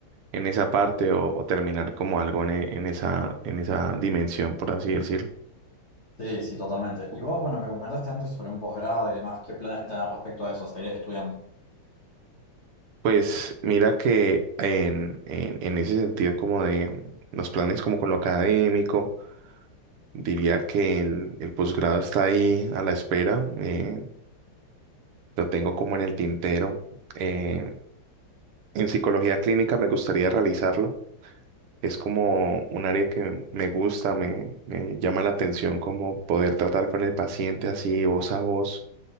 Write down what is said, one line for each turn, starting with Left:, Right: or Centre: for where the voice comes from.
Right: esa parte o, o terminar como algo en, e- en esa, en esa dimensión, por así decirlo.
Left: Sí, sí, totalmente. Y vos, bueno, me comentaste antes sobre un posgrado y demás, ¿qué planes tenés respecto a eso, seguir estudiando?
Right: Pues mira que en, en, en ese sentido como de los planes como con lo académico, diría que el, el posgrado está ahí a la espera, eh, lo tengo como en el tintero. Eh, en psicología clínica me gustaría realizarlo. Es como un área que me gusta, me, me llama la atención como poder tratar con el paciente así voz a voz